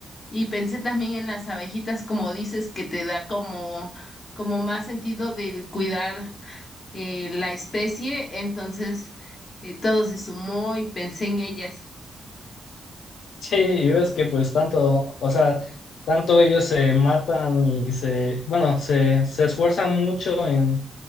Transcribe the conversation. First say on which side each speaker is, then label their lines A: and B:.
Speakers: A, on the left (about 35°); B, on the left (about 85°).
A: y pensé también en las abejitas como dices que te da como como más sentido del cuidar eh, la especie, entonces eh, todo se sumó y pensé en ellas.
B: Sí, y ves que pues tanto, o sea, tanto ellos se matan y se, bueno, se, se esfuerzan mucho en,